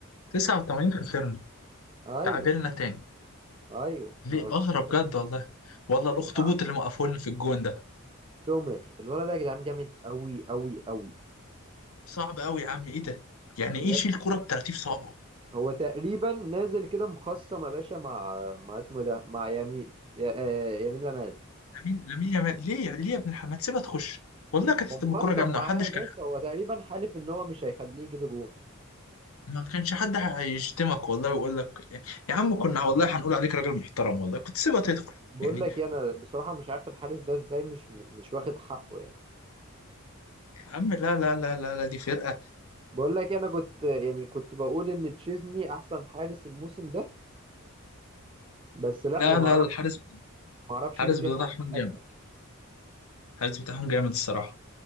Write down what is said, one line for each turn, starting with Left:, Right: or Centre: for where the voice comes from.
Left: 89 خسرنا
Right: ايوه
Left: تعادلنا تاني
Right: ايوه
Left: ليه
Right: ما انا بكلمك
Left: أغرب بجد والله والله الأخطبوط
Right: لا
Left: اللي موقفولنا في الجون ده
Right: سومر الولد ده يا جدعان جامد قوي قوي قوي
Left: صعب قوي يا عم ايه ده يعني
Right: يب
Left: ايه يشيل كرة ب 30 صوابعه
Right: هو تقريبا نازل كده مخصم يا باشا مع مع اسمه إيه ده مع يمين يا... آه، يمين لمال
Left: لامين لامين يامال ليه يا- ليه يا ابن الحمام ما تسيبها تخش والله كانت
Right: هو
Left: هتبقى
Right: مخصم
Left: كرة جامدة
Right: معاه
Left: محدش
Right: يا باشا
Left: كان
Right: هو تقريبا حالف ان هو مش هيخليه يجيب جون
Left: ما كانش حد هيشتمك والله ويقول لك يا عم كنا والله هنقول عليك راجل محترم والله كنت سيبها تدخل
Right: بقول
Left: يعني
Right: لك إيه، انا بصراحه مش عارف الحارس ده ازاي مش مش واخد حقه يعني
Left: يا عم لا لا لا لا لا دي فرقة
Right: بقول لك إيه، انا كنت يعني كنت بقول ان تشيزني احسن حارس الموسم ده بس لا
Left: لا
Right: انا ما
Left: لا
Right: اعرفش
Left: الحارس
Right: ما اعرفش
Left: الحارس
Right: ان في
Left: بتاعهم
Right: حارس اجمد
Left: جامد الحارس بتاعهم جامد الصراحة